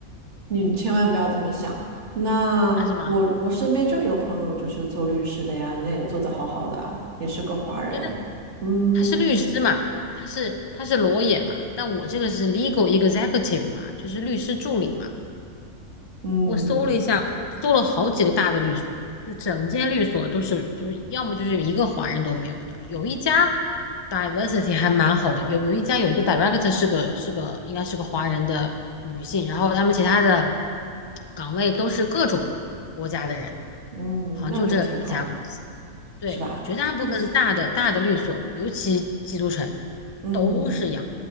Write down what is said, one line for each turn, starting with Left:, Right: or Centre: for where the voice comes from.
Right: 你千万不要这么想。那我我身边就有朋友就是做律师的呀，
Left: <laughs> 啊，是吗？
Right: 人家也做得好好的啊也是个华人。
Left: 对对，
Right: 嗯
Left: 他是律师嘛，他是他是 l a 嘛，但我这个是 legal executive 嘛，就是律师助理嘛。
Right: 嗯
Left: 我搜了一下，搜了好几个大的律所，就整间律所都是，就是要么就是一个华人都没有的。有一家 diversity 还蛮好的，有有一家有一个 director 是个是个应该是个华人的女性，然后他们其他的岗位都是各种国家的人，
Right: 嗯，
Left: 好像就这一家公司。
Right: 那就挺好的，
Left: 对，
Right: 是吧？
Left: 绝大部分大的大的律所，
Right: 那
Left: 尤其基督城，
Right: 嗯，
Left: 都是洋